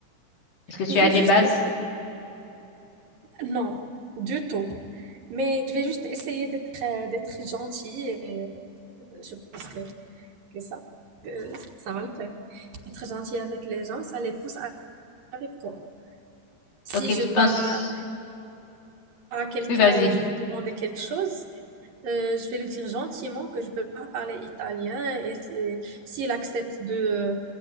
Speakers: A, on the left; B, on the right.
A: Est-ce que tu
B: Je vais
A: as des
B: juste
A: bases?
B: essayer. Non, du tout. Mais je vais juste essayer d'être euh, d'être gentille et euh, je pense que, que ça, que ça va le faire. Être gentil avec les gens, ça les pousse à- avec toi. Si
A: Ok,
B: je
A: tu
B: pars
A: penses.
B: à, à quelqu'un
A: Oui, vas-y.
B: et je veux demander quelque chose, euh, je vais lui dire gentiment que je peux pas parler italien et, et s'il accepte de,